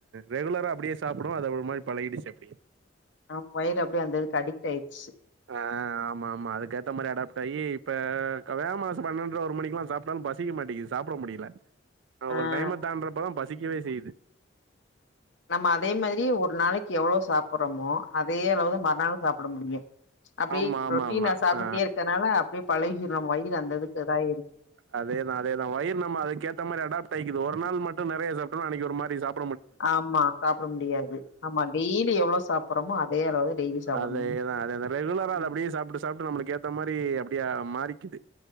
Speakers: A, on the right; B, on the left.
A: ரெகுலரா அப்டியே சாப்டவு அது ஒரு மாரி பழகிடுச்சு அப்டியே
B: ஆ வயிறு அப்டே அந்த இதுக்கு அடிக்ட் ஆயிர்ச்சு
A: ஆ ஆமா ஆமா அதுக்க ஏத்த மாரி அடாப்ட் ஆகி இப்ப வேமா சாப் பன்னெண்ற ஒரு மணிக்லா சாப்ட்டாலு பசி பசிக்க மாட்டேங்கிது சாப்ட முடியல அ ஒரு
B: ஆ
A: டைம தாண்ட்றப்பதா பசிக்கவே செய்யு
B: நம்ம அதே மாதிரி ஒரு நாளக்கி எவ்ளோ சாப்பட்றோமோ அதே அளவு தா மறுநாளு சாப்ட முடியு அப்டியே
A: ஆமா, ஆமா,
B: ரொட்டினா
A: ஆமா.
B: சாப்டுட்டே
A: ஆ
B: இருக்கனால அப்டியே பழகிடு வயிறு அந்ததுக்கு இதாயிரு
A: அதேதா அதேதா வயிறு நம்ம அக்கேத்த மாரி அடாப்ட் ஆய்க்குது ஒரு நாள் மட்டு நெறய சாப்ட்டோனா அன்னக்கி ஒரு மாரி சாப்
B: ஆமா சாப்ட முடியாது ஆமா டெய்லி எவ்ளோ சாப்புட்றோமோ அதே அளவு த டெய்லி சாப்பிட
A: அதேதா
B: முடியும்.
A: அதேத ரெகுலரா அத
B: ம்.
A: அப்டியே சாப்புட்டு சாப்ட்டு நம்மளுக்கு ஏத்த மாரி அப்டியே மாறிக்கிது